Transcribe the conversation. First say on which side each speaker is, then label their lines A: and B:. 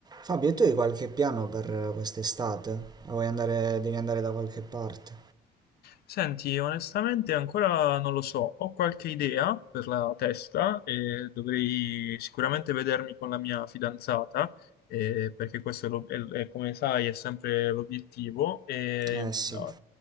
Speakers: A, on the right (about 25°); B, on the left (about 70°).
A: Fabio, e tu hai qualche piano per eh, quest'estate? O Vuoi andare, devi andare da qualche parte?
B: Senti, onestamente ancora non lo so, ho qualche idea per la testa e dovrei sicuramente vedermi con la mia fidanzata, eh, perché questo è, lo- è- è, come sai è sempre l'obiettivo. E,
A: Eh
B: mh,
A: sì,